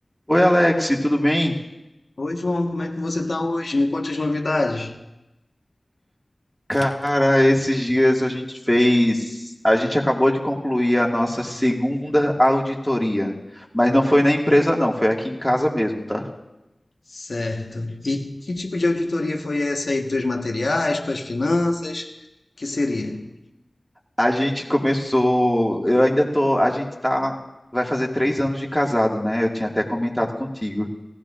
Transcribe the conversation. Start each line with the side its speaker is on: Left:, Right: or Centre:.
Centre: Oi, Alex, tudo bem?
Left: Oi, João, como é que você está hoje? Me conte as novidades.
Centre: Cara, esses dias a gente fez, a gente acabou de concluir a nossa segunda auditoria, mas não foi na empresa não, foi aqui em casa mesmo, tá?
Left: Certo. E que tipo de auditoria foi essa aí dos materiais, tuas finanças? Que seria?
Centre: A gente começou, eu ainda tô, a gente tá, vai fazer três anos de casado, né? Eu tinha até comentado contigo.